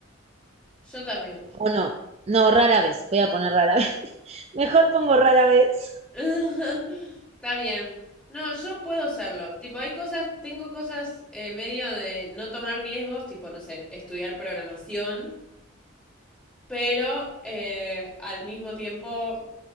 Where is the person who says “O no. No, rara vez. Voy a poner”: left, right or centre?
Right